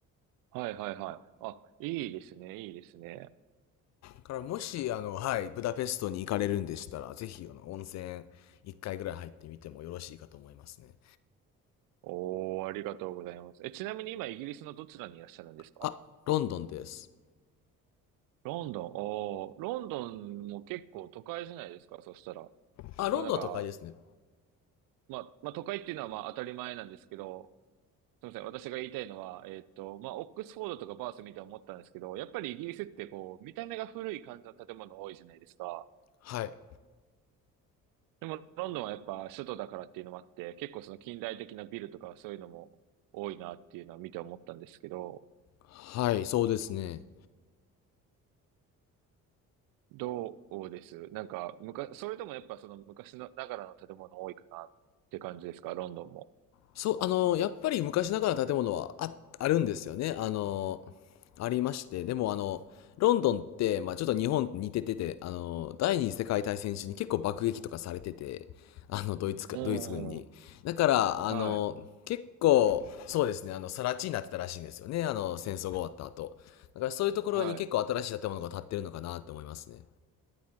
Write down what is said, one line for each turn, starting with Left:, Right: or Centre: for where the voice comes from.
Right: はい、はい、はい。あ、いいですね、いいですね。
Left: から、もし、あの、はい、ブダペストに行かれるんでしたら、ぜひ、あの、温泉、一回ぐらい入ってみてもよろしいかと思いますね。
Right: おー、ありがとうございます。え、ちなみに今イギリスのどちらにいらっしゃるんですか
Left: あ、ロンドンです。
Right: ロンドン、おー、ロンドンも結構都会じゃないですかそしたら。そ
Left: あ、ロンドンは都会ですね。
Right: うなんか、まあ、まあ都会っていうのはまあ当たり前なんですけど、すみません。私が言いたいのは、えーっと、まあ、オックスフォードとかバース見て思ったんですけど、やっぱりイギリスってこう、見た目が古い感じの建物多いじゃないですか。
Left: はい。
Right: でも、ロンドンはやっぱ首都だからっていうのもあって、結構その近代的なビルとかそういうのも多いなっていうのは見て思ったんですけど、
Left: はい、そうですね。
Right: どうですなんか、むか、それでもやっぱその昔のながらの建物多いかなって感じですか、ロンドンも。
Left: そう、あの、やっぱり昔ながらの建物はあ、あるんですよね。あの、ありまして。でもあの、ロンドンって、まあちょっと日本と似ててて、あの、第二次世界大戦中に結構爆撃とかされてて、あの、ドイツか、
Right: う
Left: ドイツ軍に。
Right: ん。
Left: だから、
Right: はい。
Left: あの、結構、そうですね、あの、更地になってたらしいんですよね。あの、戦争が終わった後。だからそういうところに結構新しい建物が建ってるのかなって思いますね。
Right: はい。